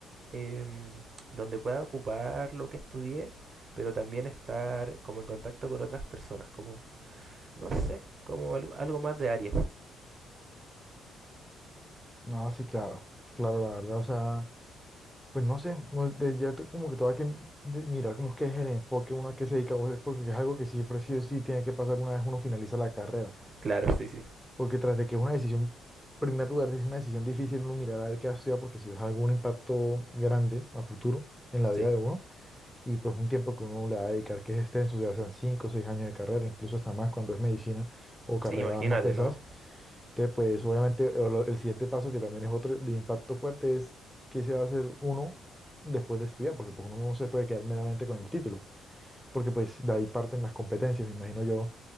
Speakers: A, on the right (about 35°); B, in the centre.
A: em, donde pueda ocupar lo que estudié, pero también estar como en contacto con otras personas, como, no sé, como algo, algo más de área.
B: Ah, sí, claro, claro, la verdad, o sea, pues no sé, pues, de- ya tú como que todo hay que de- mirar cómo es que es el enfoque, uno a qué se dedica, o sea, porque es algo que siempre sí o sí tiene que pasar una vez uno finaliza la carrera.
A: Claro, sí, sí.
B: Porque tras de que es una decisión, en primer lugar, es una decisión difícil uno mirar a ver qué va a estudiar porque si es algún impacto grande a futuro en la vida
A: Sí,
B: de uno y pues un tiempo que uno le va a dedicar que es extenso, ya sean 5 o 6 años de carrera, incluso hasta más cuando es medicina o carreras
A: sí, imagínate,
B: más pesadas.
A: ¿no?
B: Entonces, pues obviamente o lo- el siguiente paso que también es otro de impacto fuerte es qué se va a hacer uno después de estudiar, porque pues uno no se puede quedar meramente con el título, porque pues de ahí parten las competencias, me imagino yo